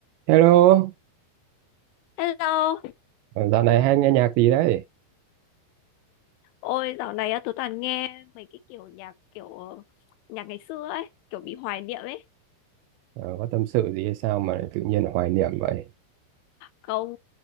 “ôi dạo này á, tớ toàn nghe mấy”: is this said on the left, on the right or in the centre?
Left